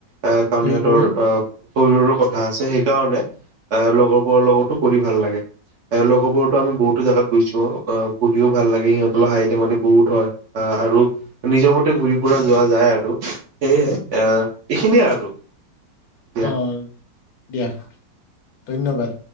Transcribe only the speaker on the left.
হয়
হয়
অঁ' দিয়া ধন্যবাদ।